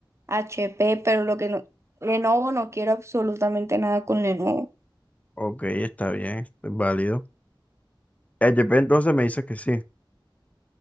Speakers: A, on the right; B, on the left.
A: HP, pero lo que no, Lenovo no quiero absolutamente nada con Lenovo.
B: Ok, está bien, es válido. HP entonces me dices que sí.